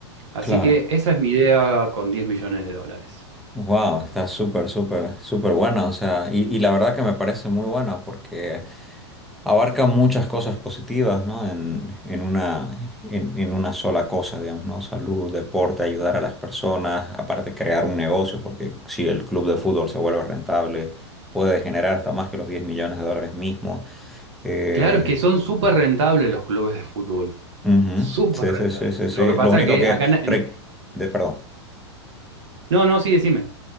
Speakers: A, on the right (about 80°); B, in the centre.
A: Así
B: Claro.
A: que esa es mi idea con 10 millones de dólares.
B: Wow, está súper, súper, súper buena, o sea, y, y la verdad que me parece muy buena porque abarca muchas cosas positivas, ¿no? En, en una, en, en una sola cosa, digamos, ¿no? Salud, deporte, ayudar a las personas, aparte crear un negocio, porque si el club de fútbol se vuelve rentable, puede generar hasta más que los 10 millones de dólares mismos. Eh,
A: Claro, es que son súper rentables los clubes de fútbol.
B: ujú,
A: Súper
B: Sí,
A: rentables.
B: sí, sí, sí, sí.
A: Lo que pasa
B: Lo único
A: que
B: que...
A: acá... en- en-
B: re- de, perdón.
A: No, no, sí, decime.